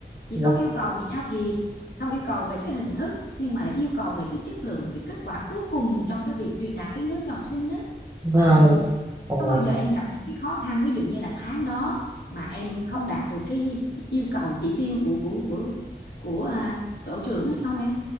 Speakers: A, on the left; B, on the right.
A: chị
B: Vâng.
A: không yêu cầu về giao thiệp không yêu cầu về cái hình thức nhưng mà lại yêu cầu về cái chất lượng cái kết quả cuối cùng trong cái việc truyền đạt kiến thức cho học sinh đó
B: Vâng.
A: ừ.
B: Ồ.
A: có bao giờ em gặp những cái khó khăn ví dụ như là tháng đó mà em không đạt được cái yêu cầu chỉ tiêu của của của của à, tổ trưởng ấy không em